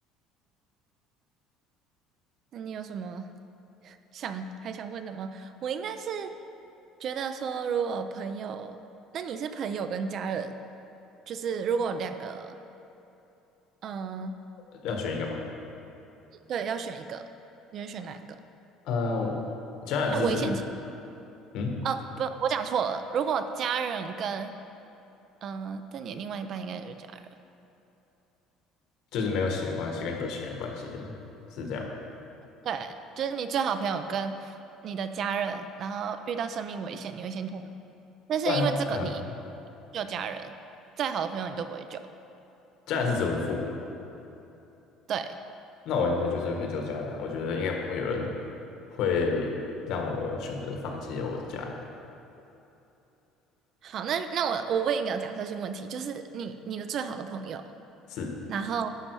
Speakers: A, on the right; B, on the left.
A: 那你有什么 <laughs> 想还想问的吗？我应该是觉得说，如果朋友，那你是朋友跟家人，就是如果两个，嗯、
B: <laughs> 要选一个吗？
A: 对，要选一个，你会选哪一个？
B: 呃，我家人是指，
A: 那危险情，
B: 嗯，
A: 哦，不，我讲错了，如果家人跟嗯，但你另外一半应该就是家人，
B: 就是没有血缘关系跟有血缘关系的，是这样吗？
A: 对，就是你最好朋友跟你的家人，然后遇到生命危险，你会先救吗？但是因为这个你
B: 家人是，嗯、
A: 救家人，再好的朋友你都不会救。
B: 家人是指我的父母嘛？
A: 对，
B: 那我应该就是会只有家人啊，我觉得应该不会有人会让我选择放弃我的家人。
A: 好，那那我我问一个假设性问题，就是你你的最好的朋友，
B: 是，
A: 然后